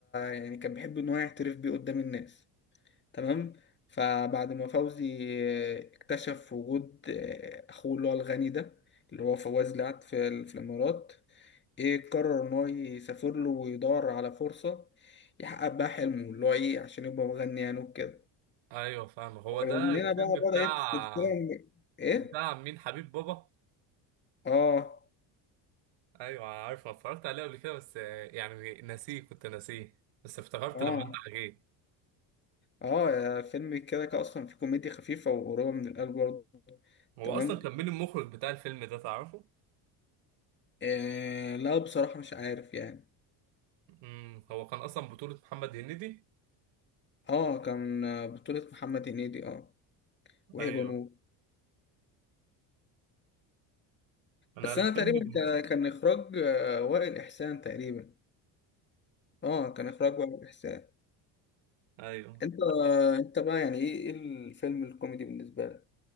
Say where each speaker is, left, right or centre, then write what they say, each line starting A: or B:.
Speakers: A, on the left; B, on the right.
A: يعني كان بيحب ان هو يعترف بيه قدام الناس تمام فبعد ما فوزي آه، اكتشف وجود آه، اخوه اللي هو الغني ده اللي هو فواز لعب في في الامارات ايه قرر ان هو يسافر له ويدور على فرصة يحقق بقى حلمه اللي هو ايه عشان يبقى مغني يعني وكده
B: ايوه فاهم هو ده
A: ومن
B: الفيلم
A: هنا بقى
B: بتاع
A: بدأت سلسلة من- ايه
B: بتاع مين حبيب بابا
A: اه
B: ايوه عارفه اتفرجت عليه قبل كده بس آه، يعني ناسيه كنت ناسيه بس افتكرت
A: اه
B: لما انت حكيت
A: اه يا فيلم كده كده اصلا في كوميديا خفيفة وقريبة من القلب برضه
B: هو
A: تمام
B: اصلا كان مين المخرج بتاع الفيلم ده تعرفه
A: إيه لا بصراحة مش عارف يعني
B: امم هو كان اصلا بطولة محمد هنيدي
A: اه كان بطولة محمد هنيدي اه وهبة
B: ايوه
A: نور
B: انا
A: بس
B: الفيلم
A: انا تقريبا
B: بن-
A: كان كان اخراج آه، وائل احسان تقريبا اه كان اخراج وائل احسان
B: ايوه
A: انت انت بقى يعني ايه ايه الفيلم الكوميدي بالنسبه لك